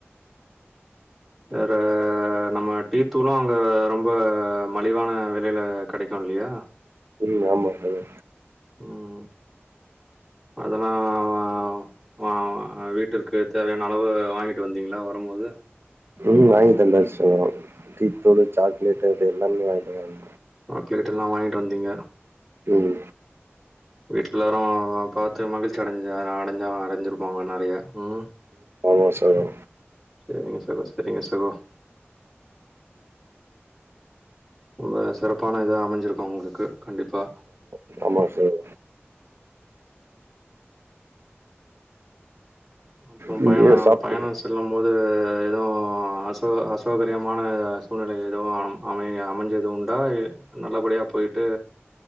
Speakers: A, in the centre; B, on the right.
A: வேற நம்ம டீத்தூளோ அங்க ரொம்போ மலிவான வெலைல கெடைக்கோ இல்லையா
B: உம் ஆமா சகோ
A: ம் அதலா வ வீட்டிற்கு தேவையான அளவு வாங்கிட்டு வந்தீங்களா வரும்போது
B: ம் வாங்கிட்டு வந்த சகோ டீத்தூளு சாக்லேட் இது எல்லாமே வாங்கிட்டு வந்
A: சாக்லேட்டெல்லா வாங்கிட்டு வந்தீங்க
B: ம்
A: வீட்ல எல்லாரு பாத்து மகிழ்ச்சி அடைஞ்ச அடைஞ்சாலு அடைஞ்சிருப்பாங்க நறையா ம்
B: ஆமா சகோ.
A: செரிங்க சகோ செரிங்க சகோ ரொம்ப சிறப்பான இதா அமஞ்சிருக்கோ உங்குளுக்கு கண்டிப்பா
B: ஆமா ஆமா சார்
A: அப்புறோ
B: நீங்க
A: பயணோ
B: சாப்
A: பயணோ செல்லும் போது எதுவு அசெள அசௌகரியமான சூழ்நில எதுவு அ அமைய அமஞ்சது உண்டா எ நல்லபடியா போயிட்டு